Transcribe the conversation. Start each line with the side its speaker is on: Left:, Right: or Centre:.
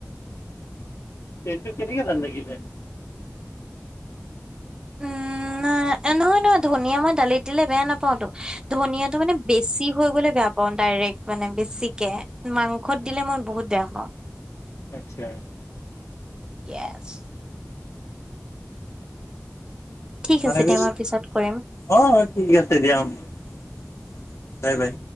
Left: তেন্তে কেনেকে ভাল লাগিলে?
Right: উম! নহয়, নহয়, ধনিয়া মই দালিত দিলে বেয়া নাপাওঁটো, ধনিয়াতটো মানে বেছি হৈ গ'লে বেয়া পাওঁ ডাইৰেক্ট মানে বেছিকৈ। মাংসত দিলে মই বহুত বেয়া পাওঁ।
Left: আচ্ছা!
Right: ইয়েছ! ঠিক আছে
Left: আৰু
Right: দিয়া মই পিছত কৰিম
Left: অ' ঠিক আছে দিয়া। বাই! বাই!